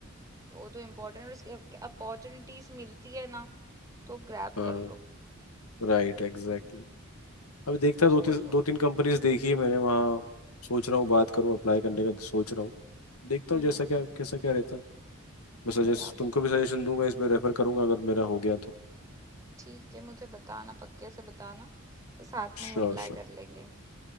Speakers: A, on the right (about 15°); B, on the left (about 90°).
A: वो तो इम्पोर्टेंट अपॉर्चुनिटीज मिलती है ना तो ग्रैब
B: हाँ
A: कर लो
B: Right exactly अभी देखता दो
A: उसको
B: तीन
A: छोड़ो
B: दो तीन कंपनीज
A: मत
B: देखी है मैंने वहाँ सोच रहा हूँ बात करूँ अप्लाई करने का तो सोच रहा हूँ देखता
A: हम्म
B: हूँ जैसा क्या कैसा क्या रहता है मैं सजेस्ट
A: बराबर
B: तुमको
A: है
B: भी सजेशन दूंगा इसमें रेफर करूंगा अगर मेरा हो गया तो
A: ठीक है मुझे बताना पक्के से बताना तो साथ में
B: Sure
A: ही अप्लाई
B: sure
A: कर लेंगे